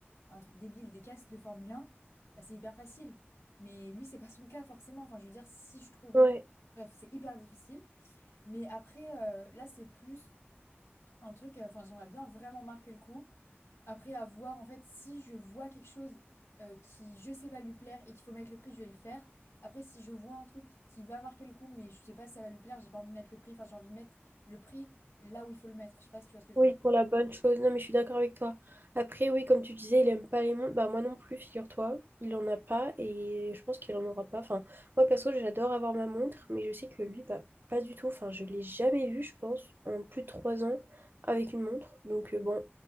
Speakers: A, on the left; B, on the right.
A: un truc débile, des casques de Formule un bah, c'est hyper facile. Mais lui, c'est pas son cas forcément. Enfin, je veux dire, si je trouvais.
B: ouais.
A: enfin, bref, c'est hyper difficile. Mais après, euh, là, c'est plus un truc. euh, Enfin, j'aimerais bien vraiment marquer le coup. Après, à voir, en fait, si je vois quelque chose euh, qui, je sais, va lui plaire et qu'il faut mettre le prix, je vais le faire. Après, si je vois un truc qui va marquer le coup, mais je sais pas si ça va lui plaire, j'ai pas envie de mettre le prix. Enfin, j'ai envie de mettre le prix là où il faut le mettre. Je sais pas si tu vois ce que je
B: Oui,
A: veux dire.
B: pour la bonne chose. Non, mais je suis d'accord avec toi. Après, oui, comme tu disais, il aime pas les montres. Bah, moi non plus, figure-toi. Il en a pas et je pense qu'il en aura pas. Enfin, moi perso, j'adore avoir ma montre, mais je sais que lui, bah, pas du tout. Enfin, je l'ai jamais vu, je pense, en plus de trois ans avec une montre. Donc, euh, bon.